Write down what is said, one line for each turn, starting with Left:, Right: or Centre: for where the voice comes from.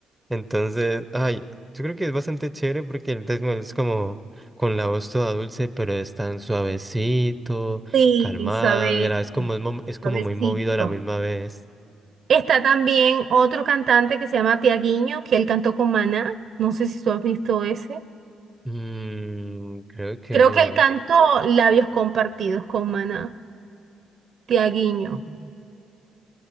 Centre: Entonces, ay, yo creo que es bastante chévere porque el ritmo de él es como con la voz toda dulce, pero es tan suavecito,
Right: Sí,
Centre: calmado
Right: suave,
Centre: y a la vez como es, mo- es como
Right: suavecito.
Centre: muy movido a la misma vez.
Right: Está también otro cantante que se llama Tiaguinho, que él cantó con Maná, no sé si tú has visto ese.
Centre: Mm, creo que
Right: Creo
Centre: no.
Right: que él cantó Labios Compartidos con Maná, Tiaguinho.
Centre: Mm,